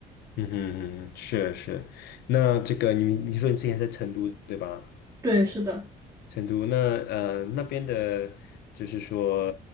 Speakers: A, on the left (about 75°); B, on the right (about 20°).
A: 嗯哼嗯哼，是是。那这个你你说你之前在成都对吧？
B: 对，是的，
A: 成都那呃那边的，就是说